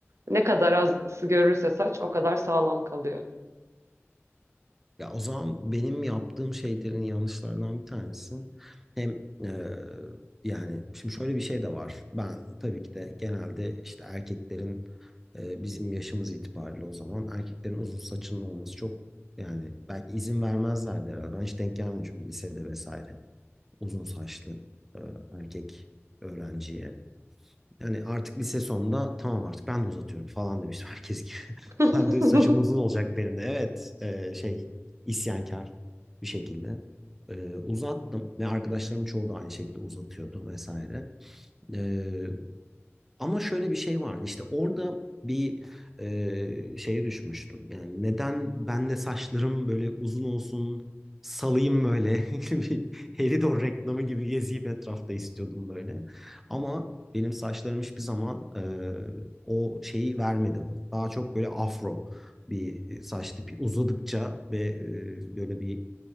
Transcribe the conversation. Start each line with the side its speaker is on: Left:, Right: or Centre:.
Right: Ne kadar az ısı görürse saç o kadar sağlam kalıyor.
Centre: Ya o zaman benim yaptığım şeylerin yanlışlarından bir tanesi hem e, yani şimdi şöyle bir şey de var. Ben tabii ki de genelde işte erkeklerin e, bizim yaşımız itibariyle o zaman erkeklerin uzun saçının olması çok yani belki izin vermezlerdi herhalde. Ben hiç denk gelmedim çünkü lisede vesaire uzun saçlı e, erkek öğrenciye. Yani artık lise sonunda tamam artık ben de uzatıyorum falan demiştim herkes gibi. <laughs>
Right: <laughs>
Centre: Ben de saçım uzun olacak benim de. Evet e, şey isyankar bir şekilde. E, uzattım ve arkadaşlarım çoğu da aynı şekilde uzatıyordu vesaire. E, ama şöyle bir şey vardı işte orada bir e, şeye düşmüştüm. Yani neden ben de saçlarım böyle uzun olsun salayım böyle <laughs> bir Helidor reklamı gibi geziyip etrafta istiyordum böyle. Ama benim saçlarım hiçbir zaman e, o şeyi vermedi bana. Daha çok böyle afro bir saç tipi uzadıkça ve e, böyle bir